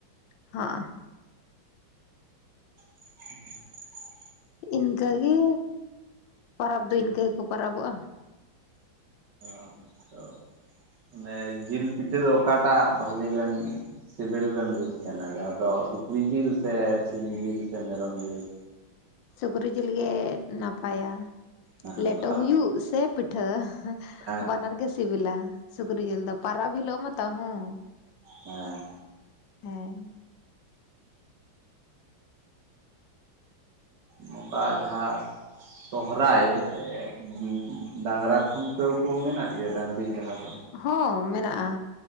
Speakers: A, on the left; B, on the right.
A: ᱦᱚᱸᱜᱼᱚ
B: <inaudible>
A: ᱤᱱᱠᱟᱹ ᱜᱮ ᱯᱟᱨᱟᱵᱽ ᱫᱚ ᱤᱱᱠᱟᱹ ᱜᱮᱠᱚ ᱯᱟᱨᱟᱵᱚᱜ-ᱟ᱾
B: ᱟᱪᱪᱷᱟ ᱚᱱᱮ ᱡᱤᱞ ᱯᱤᱴᱷᱟᱹ ᱫᱚ ᱚᱠᱟᱴᱟᱜ ᱵᱷᱟᱞᱤ ᱵᱮᱱᱼᱼ ᱥᱤᱵᱤᱞ ᱵᱮᱱ ᱵᱩᱡᱽ ᱛᱮᱦᱮᱱᱟ ᱡᱟᱦᱟᱸ ᱫᱚ ᱥᱩᱠᱨᱤ ᱡᱤᱞ ᱥᱮ ᱥᱤᱢ ᱡᱤᱞ ᱥᱮ ᱢᱮᱨᱚᱢ ᱡᱤᱞ?
A: ᱥᱩᱠᱨᱤ ᱡᱤᱞ ᱜᱮ ᱱᱟᱯᱟᱭᱟ
B: ᱦᱮᱸ
A: ᱞᱮᱴᱚ
B: ᱯᱟᱛᱲᱟ
A: ᱦᱩᱭᱩᱜ ᱥᱮ ᱯᱤᱴᱷᱟᱹᱼᱼ
B: ᱯᱤᱴᱷᱟᱹ
A: ᱵᱟᱱᱟᱨ ᱜᱮ ᱥᱤᱵᱤᱞᱟ ᱥᱩᱠᱨᱤ ᱡᱤᱞ ᱫᱚ ᱯᱟᱨᱚᱵᱽ ᱦᱤᱞᱳᱜ ᱢᱟ ᱛᱟᱣ ᱦᱚᱸᱼᱼ
B: ᱦᱮᱸᱻ
A: ᱦᱮᱸ᱾
B: ᱱᱚᱠᱟ ᱡᱟᱦᱟᱸ ᱥᱚᱦᱚᱨᱟᱭ ᱨᱮᱼᱼ ᱩᱸ ᱰᱟᱝᱨᱟ ᱠᱷᱩᱱᱴᱟᱹᱣ ᱠᱚ ᱢᱮᱱᱟᱜ ᱜᱮᱭᱟ ᱰᱟᱹᱝᱨᱤ ᱡᱟᱦᱟᱸ ᱫᱚᱼᱼ
A: ᱦᱚᱸ ᱢᱮᱱᱟᱜ-ᱟ